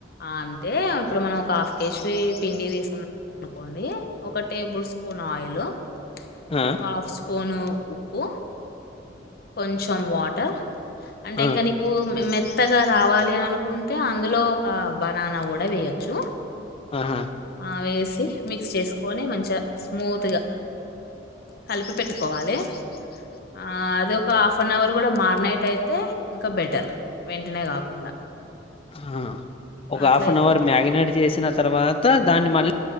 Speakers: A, on the left; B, on the left.
A: అంటే ఇప్పుడు మనం ఒక హాఫ్ కేేశవిీ పిండి తీసుకుంటాం అనుకోండి ఒక టేబుల్ స్పూన్ ఆయిల్
B: ఆ
A: అకాశ పోను ఉప్పు కొంచెం వాటర్ అంటే
B: ఆ
A: ఇంకా నీకు మె కొత్తగా రావాలి అని అనుకుంటే అందులో ఒక బనానా కూడా వేయచ్చు
B: ఆహా
A: ఆ వేసి మిక్స్ చేసుకొని మంచిగా స్మూత్గా కలిపి పెట్టుకోవాలి ఆ అది ఒక హాఫ్ అన్ అవర్ కూడా మారినట్యితే ఇంకా బెటర్ వెంటనే కాకుండా
B: అ ఒక
A: అట్లయితే
B: హాఫ్ అన్ అవర్ మ్యారినేట్ చేసిన తర్వా త దాన్ని మళ్ళీ